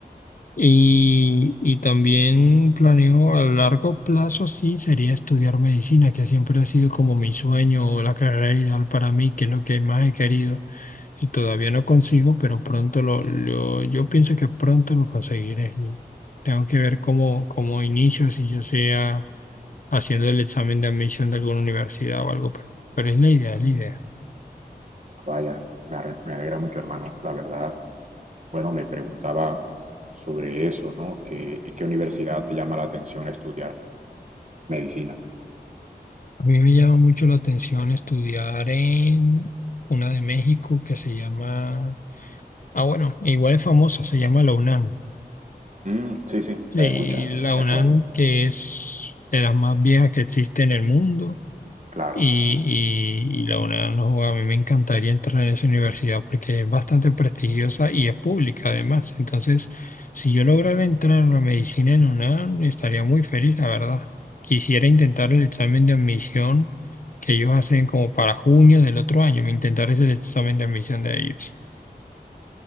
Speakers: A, on the left (about 55°); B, on the right (about 45°).
A: Y, y también planeo a largo plazo, sí, sería estudiar medicina, que siempre ha sido como mi sueño, la carrera ideal para mí, que es lo que más he querido y todavía no consigo, pero pronto lo, lo- yo pienso que pronto lo conseguiré. y tengo que ver cómo, cómo inicio, si yo sea haciendo el examen de admisión de alguna universidad o algo, pero, pero es la idea, es la idea.
B: vaya, me, me alegra mucho, hermano. La verdad, bueno, me preguntaba sobre eso, ¿no? ¿Qué, qué universidad te llama la atención estudiar medicina?
A: A mí me llama mucho la atención estudiar en una de México que se llama Ah, bueno, igual es famosa, se llama la UNAM.
B: Mm, sí, sí,
A: Sí,
B: la he escuchado.
A: la
B: Es
A: UNAM,
B: bueno,
A: que es de las más viejas que existe en el mundo,
B: claro.
A: y, y- y la UNAM, no, joda, a mí me encantaría entrar en esa universidad porque es bastante prestigiosa y es pública además. Entonces, si yo lograra entrar en la medicina en UNAM, estaría muy feliz, la verdad. Quisiera intentar el examen de admisión que ellos hacen como para junio del otro año, intentar ese examen de admisión de ellos.